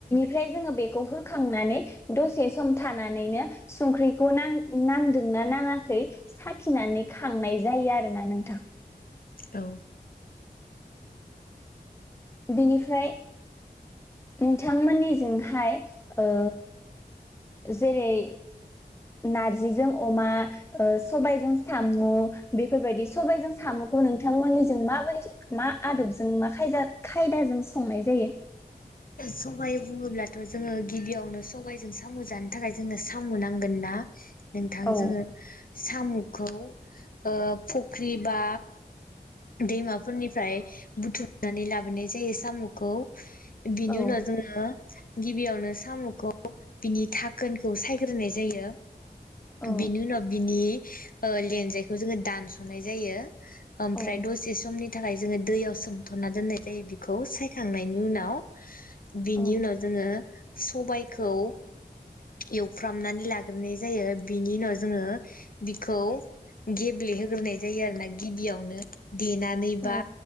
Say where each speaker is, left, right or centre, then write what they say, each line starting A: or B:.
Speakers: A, on the left; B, on the left.
A: ओमफ्राय जोङो बेखौ होखांनानै दसे सम थानानैनो संख्रिखौ नां- नांदोंना नाङाखै साखिनानै खांनाय जायो आरोना नोंथां
B: औ
A: बिनिफ्राय नोंथांमोननिजोंहाय ओ जेरै नारजिजों अमा ओ सबायजों सामु बेफोरबायदि सबायजों सामुखौ नोंथांमोननिजों माबोरै मा आदबजों मा खायदा खायदाजों संनाय जायो?
B: सबाय बुङोब्लाथ' जोङो गिबियावनो सबायाइजों साम' जानो थाखाय जोंनो साम' नांगोन ना नोंथां
A: औ
B: जोङो साम'खौ ओ फुख्रि बा दैमाफोरनिफ्राय बुथुमनानै लाबोनाय जायो साम'खौ बिनि
A: औ
B: उनाव जोङो गिबियावनो साम'खौ बिनि थाखोनखौ सायग्रोनाय जायो
A: औ
B: बिनि उनाव बिनि ओ लेनजायखौ जोङो दानस'नाय जायो ओमफ्राय
A: औ
B: दसे समनि थाखाय जोङो दैयाव सोमथ'ना दोननाय जायो बेखौ सायखांनायनि उनाव <inaudible> बिनि
A: औ
B: उनाव जोङो सबायखौ एवफ्रामनानै लाग्रोनाय जायो बिनि उनाव जोङो बिखौ गेब्ले होग्रोनाय जायो आरोना गिबियावनो देनानै
A: औ
B: बा